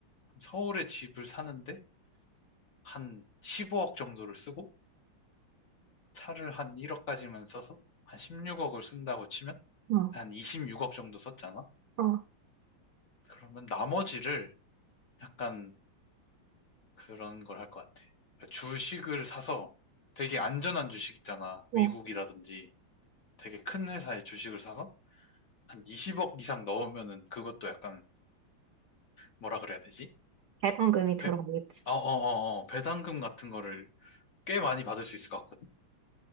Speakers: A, on the left; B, on the right.
A: 서울에 집을 사는데 한 15억 정도를 쓰고 차를 한 1억까지만 써서 한 16억을 쓴다고 치면
B: 응,
A: 한 26억 정도 썼잖아?
B: 어,
A: 그러면 나머지를 약간 그런 걸 할 것 같아. 그러니까 주식을 사서 되게 안전한 주식 있잖아.
B: 어.
A: 미국이라든지 되게 큰 회사의 주식을 사서 한 20억 이상 넣으면은 그것도 약간 뭐라 그래야 되지?
B: 배당금이
A: 그 배,
B: 들어오겠지.
A: 어, 어, 어, 어, 배당금 같은 거를 꽤 많이 받을 수 있을 것 같거든?